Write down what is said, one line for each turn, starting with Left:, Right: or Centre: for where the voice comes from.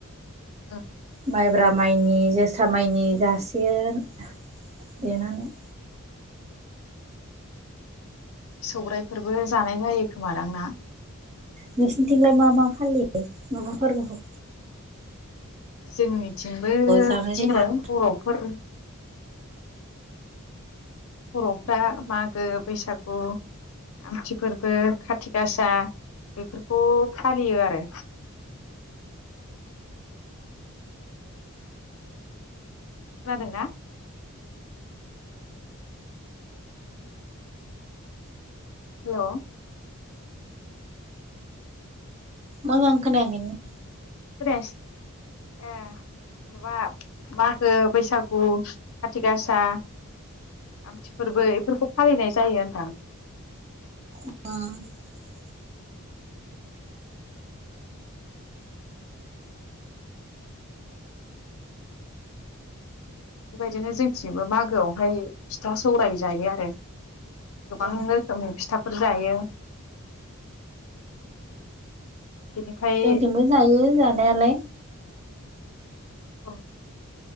Left: ओं
Right: माइब्रा माइनि, जोसा माइनि जासिगोन। देनानै
Left: सौरायाइफोरबो जानाय जायो खोमादां ना?
Right: नोंसिनिथिंलाय मा मा फालियो मा मा फोर्बोखौ?
Left: जोंनि थिंबो
Right: जानाय
Left: बिदिनो
Right: जायो दा
Left: बर' फोरनि बर'फ्रा मागो, बैसागु, आमथि फोर्बो, खाथि गासा बेफोरखौ फालियो आरो। खोनादोंना? हेल'
Right: मोजां खोनायाखैनो?
Left: खोनायासै ए माबा मागो बैसागु खाथि गासा आमथि फोरबो इफोरखौ फालिनाय जायो होनदां।
Right: <unintelligible>
Left: बेबायदिनो जोंथिंबो मागोआव हाय फिथा सौराय जायो आरो गोबां
Right: औ
Left: रोखोमनि फिथाफोर जायो। बेनिफ्राय
Right: जोंथिंबो जायो जानायालाय।
Left: औ